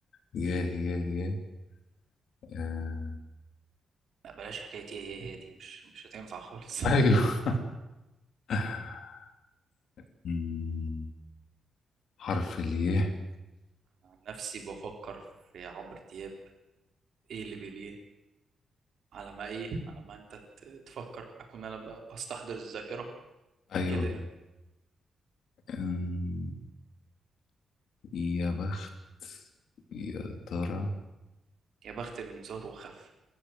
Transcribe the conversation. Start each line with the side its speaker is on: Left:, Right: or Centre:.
Left: يه يه يه آه.
Right: لا بلاش حكايه ايه هي هي دي مش مش هتنفع خالص <laughs>
Left: أيوه <laughs> أمم، حرف اليه
Right: عن نفسي بفكر في عمرو دياب ايه اللي بيليه على ما ايه على ما انت ت- تفكر اكون انا ب- بستحضر الذاكره
Left: ايوه
Right: كده يعني
Left: أمم، يا بخت يا ترى
Right: يا بخت من زهر وخف